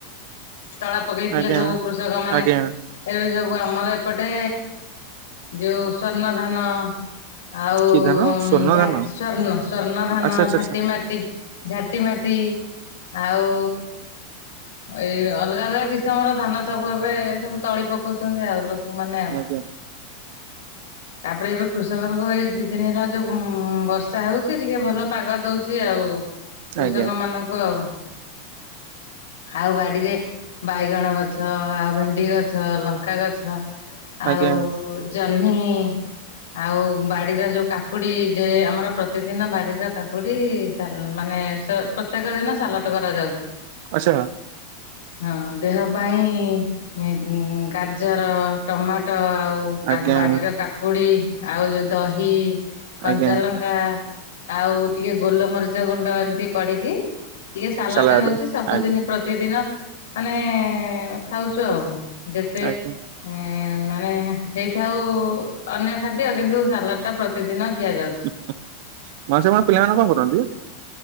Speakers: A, on the left; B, on the right.
A: ତଳା ପକେଇଥିଲେ
B: ଆଜ୍ଞା
A: ସବୁ କୃଷକ ମାନେ
B: ଆଜ୍ଞା
A: ଏବେ ସବୁ ଆମର ଏପଟେ ଯୋଉ ସ୍ୱର୍ଣ୍ଣ ଧାନ ଆଉ
B: କି ଧାନ ସ୍ଵର୍ଣ୍ଣ
A: ଝା
B: ଧାନ?
A: ସ୍ଵର୍ଣ୍ଣ ସ୍ୱର୍ଣ୍ଣ ଧାନ,
B: ଆଚ୍ଛା ଆଚ୍ଛା
A: ଝାଟି ମାଟି, ଝାଟି ମାଟି ଆଉ ଏଇ ଅଲଗା ଅଲଗା କିସମର ଧାନ ସବୁ ଏବେ ସବୁ ତଳି ପକଉଚନ୍ତି ଆଉ ଲୋକ ମାନେ ଆଉ।
B: ଆଚ୍ଛା ଆଜ୍ଞା
A: ତାପରେ ଏବେ କୃଷକଙ୍କ ଏଇ ଦି ଦିନି ହେଲା ଯୋଉ ଉମ୍ ବର୍ଷା ହଉଛି ଟିକେ ଭଲ ପାଗ ଦଉଛି ଆଉ। କୃଷକମାନଙ୍କୁ
B: ଆଜ୍ଞା
A: ଆଉ। ଆଉ ବାଡିରେ ବାଇଗଣ ଗଛ, ଆଉ ଭେଣ୍ଡି ଗଛ, ଲଙ୍କା ଗଛ ଆଉ
B: ଆଜ୍ଞା
A: ଜହ୍ନି ଜହ୍ନି ଆଉ ବାଡିର ଯୋଉ କାକୁଡି ଯେ ଆମ ର ପ୍ରତିଦିନ ବାଡିର କାକୁଡି ସାଲ ମାନେ ପ୍ରତ୍ୟେକ ଦିନ ସାଲଟ୍ କରାଯାଉଛି।
B: ଆଚ୍ଛା।
A: ହଁ ଦେହ ପାଇଁ ଇଁ ଗାଜର, ଟମାଟୋ ଆଉ ଓଉ କାକୁ
B: ଆଜ୍ଞା
A: ବାଡିର କାକୁଡି ଆଉ ଯୋଉ ଦହି, କଞ୍ଚାଲଙ୍କା
B: ଆଜ୍ଞା।
A: ଲଙ୍କା ଆଉ ଟିକେ ଗୋଲମରିଚ ଗୁଣ୍ଡ ଏମତି ପଡିକି ଟିକେ ସାଲାଟ
B: ସାଲାଡ
A: ହଉଛି ସବୁଦିନ
B: ଆଜ୍ଞା
A: ପ୍ରତିଦିନ ମାନେ ଖାଉଛୁ ଆଉ ଯେତେ
B: ଆଜ୍ଞା
A: ଇଁ ମାନେ ହେଇଥାଉ ଅନ୍ୟ ଖାଦ୍ୟ କିନ୍ତୁ ସାଲାଟ୍ ଟା ପ୍ରତିଦିନ ଖିଆଯାଉଛି।
B: ମାଉସୀ ଆପଣଙ୍କ ପିଲାମାନେ କଣ କରନ୍ତି?